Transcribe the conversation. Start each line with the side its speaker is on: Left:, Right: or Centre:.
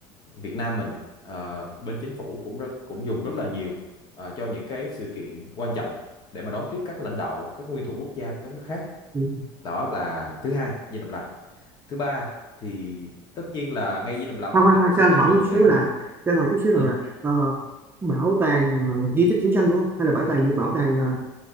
Left: Việt Nam mình ờ, bên chính phủ cũng rất cũng dùng rất là nhiều ờ, cho những cái sự kiện quan trọng để mà đón tiếp các lãnh đạo các nguyên thủ quốc gia của các nước khác
Right: Ừ.
Left: đó là thứ hai Dinh Độc Lập thứ ba thì tất nhiên là ngay Dinh Độc Lập
Right: khoan
Left: thì
Right: khoan
Left: mình
Right: khoan
Left: cũng sẽ
Right: cho anh
Left: tuyệt
Right: hỏi
Left: đường
Right: một xíu
Left: để mà
Right: là
Left: mình
Right: cho anh hỏi chút xíu rằng
Left: ừ.
Right: là ờ, bảo tàng ờ, di tích chiến tranh đúng không hay là bảo tàng gì bảo tàng ờ,